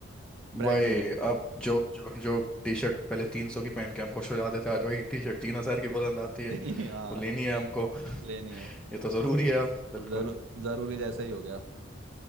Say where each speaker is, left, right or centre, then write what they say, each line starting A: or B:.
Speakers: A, on the right; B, in the centre.
A: ब्रांडेड
B: वही अब जो जो जो टी शर्ट पहले तीन सौ की पहन के हम खुश हो जाते थे आज वही टी शर्ट तीन हजार की पसंद आती है
A: <laughs> हाँ
B: वो लेनी है हमको <laughs>
A: लेनी है
B: ये तो जरूरी है अब बिल्कुल
A: तो जरूर जरूरी जैसा ही हो गया